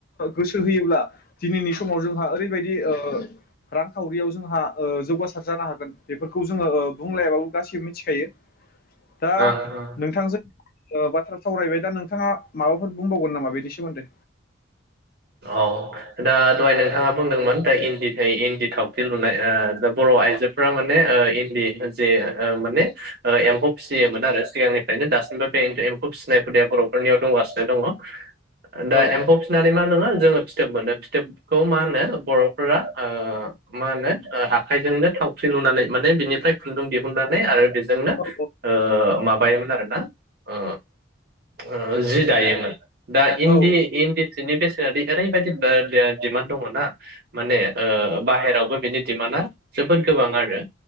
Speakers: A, on the left; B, on the right.
A: गोसो होयोब्ला दिनैनि समाव जोंहा ओरैबायदि ओ रांखावरियाव जोंहा ओ जौगासार जानो हागोन बेफोरखौ जोङो ओ बुंलायाबाबो गासिबो मि थिखायो दा
B: ओं औ
A: नोंथांजों ओ बाथ्रा सावरायबाय दा नोंथाङा माबाफोर बुंबावगोन नामा बेनि सोमोन्दै?
B: औ दा दहाय नोंथाङा बुंदोंमोन दा इन्दि थाय इन्दि थावख्रि लुनाय ओ दा बर'आइजोफोरा माने ओ इन्दि जे ओ माने ओ एम्फौ फिसियोमोन आरो सिगांनिफ्रायनो दासिमबो बे एनथो एम्फौ फिसिनाय हुदाया बरफोरनियाव दंगासिनो दङ। दा
A: औ
B: एम्फौ फिसिनानै मा फोरा जोङो फिथोब मोनो फिथोब खौ मानो बर'फोरा ओ मानो ओ आखायजोंनो थावख्रि लुनानै माने बिनिफ्राय खुुंन्दुं दिहुननानै आरो बेजों जोंनो
A: औ
B: ओ माबायोमोन आरो ना ओ ओ जिदायो मोन। दा इन्दि
A: औ
B: इन्दि सिनि बेसेनाद ओरैबायदि <unintelligible> डिमान्ड दङना माने ओ बाहेरावबो बिनि डिमान्डा जोबोद गोबां आरो।